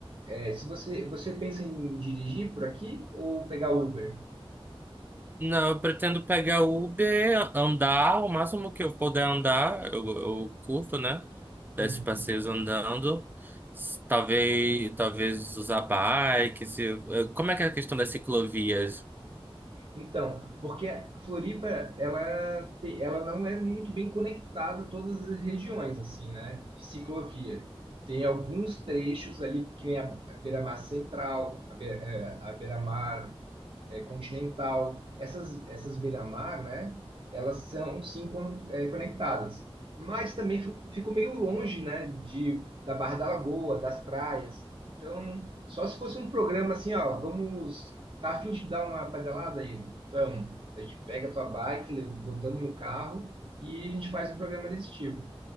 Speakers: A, on the right; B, on the right.
A: É, se você, você pensa em dirigir por aqui ou pegar Uber?
B: Não, eu pretendo pegar Uber, andar o máximo que eu puder andar, eu, eu curto, né?
A: Uhum.
B: desses passeios andando, s- talvez, talvez usar bike. se- eh, como é que é a questão das ciclovias?
A: Então, porque a Floripa, ela, te- ela não é muito bem conectada a todas as regiões, assim, né? De ciclovia. Tem alguns trechos ali, que nem a a Beira-Mar Central, a Be- eh, a Beira-Mar é, continental, essas, essas beira-mar, né? Elas são sim con- é, conectadas, mas também fi- ficou meio longe, né? De, da Barra da Lagoa, das praias. Então, só se fosse um programa assim, ó, vamos, tá a fim de dar uma pedalada aí? Então, a gente pega a tua bike, le- botamos no carro e a gente faz um programa desse tipo.